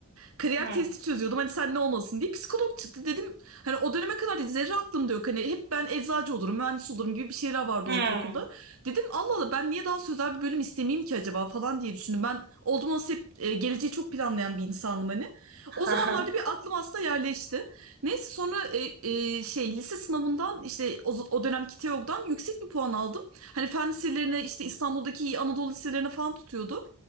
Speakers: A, on the right; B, on the right.
A: kariyer
B: Hmm.
A: testi çözüyordum. Hani sen ne olmalısın diye psikolog çıktı dedim. Hani o döneme kadar dedi, zerre aklımda yok. Hani hep ben eczacı olurum, mühendis olurum gibi bir şeyler vardı
B: Hmm.
A: ortaokulda. Dedim Allah Allah ben niye daha sözel bir bölüm istemeyeyim ki acaba falan diye düşündüm. Ben oldum olası hep e, geleceği çok planlayan bir insanım hani. O zamanlarda
B: Aha.
A: bir aklım aslında yerleşti. Neyse sonra e, e, şey lise sınavından işte o, o dönemki TEOG'dan yüksek bir puan aldım. Hani fen liselerine işte İstanbul'daki iyi Anadolu liselerine falan tutuyordu.